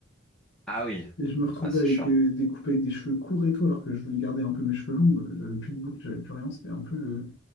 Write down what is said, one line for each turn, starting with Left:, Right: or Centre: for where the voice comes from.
Centre: Ah oui,
Left: Et je me retrouvais
Centre: ah c'est
Left: avec
Centre: chiant.
Left: euh, des coupes avec des cheveux courts et tout, alors que je voulais garder un peu mes cheveux longs. Euh, J'avais plus de boucle, j'avais plus rien. C'était un peu, euh,